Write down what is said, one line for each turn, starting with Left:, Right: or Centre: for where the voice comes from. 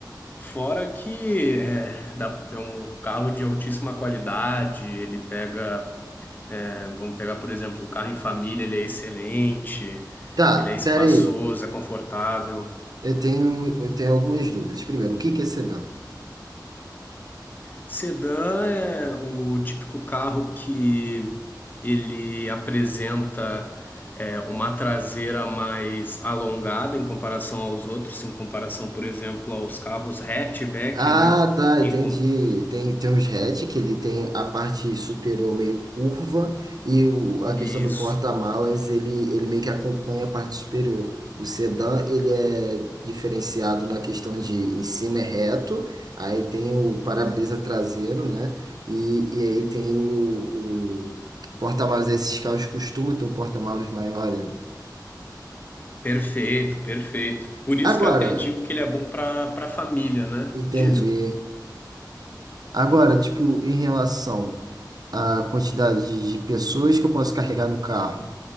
Left: Fora que é, dá- é um carro de altíssima qualidade, ele pega, é, vamos pegar, por exemplo, o carro em família, ele é excelente,
Right: Tá,
Left: ele é espaçoso,
Right: pera aí.
Left: é confortável.
Right: Eu tenho, eu tenho algumas dúvidas. Primeiro, o que que é sedã?
Left: Sedã é o típico carro que ele apresenta é, uma traseira mais alongada em comparação aos outros, em comparação, por exemplo, aos carros hatchback,
Right: Ah,
Left: né?
Right: tá, entendi.
Left: Em comp-
Right: Tem, tem uns hatch que ele tem a parte superior meio curva e o- a
Left: Isso.
Right: questão do porta-malas, ele, ele meio que acompanha a parte superior. O sedã, ele é diferenciado na questão de em cima é reto, aí tem o para-brisa traseiro, né? E, e aí tem o, o porta-malas, esses carros costumam ter um porta-malas maior, né?
Left: Perfeito, perfeito. Por isso
Right: Agora,
Left: que eu até digo que ele é bom para para família, né?
Right: entendi.
Left: Diga.
Right: Agora, tipo, em relação a quantidade de de pessoas que eu posso carregar no carro.